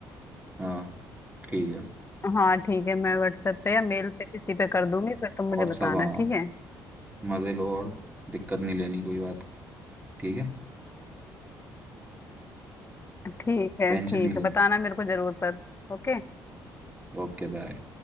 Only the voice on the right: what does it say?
हाँ ठीक है
और
सब हाँ
मजे लो और दिक्कत नहीं लेनी कोई बात की, ठीक है
टेंशन
नहीं
लेनी
Okay bye